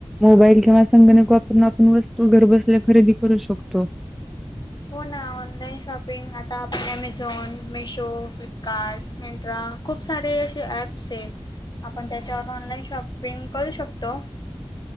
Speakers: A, in the centre; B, on the left (about 45°).
A: मोबाईल केव्हा संगणक वापरून आपण वस्तू घरबसल्या खरेदी करू शकतो.
B: हो ना ऑनलाईन शॉपिंग आता ॲमेझॉन, मिशो, फ्लिपकार्ट, मिनतवा खूप सारे असे ॲप्स हे. आपण त्याच्यावरूनऑनलाईन शॉपिंग करू शकतो.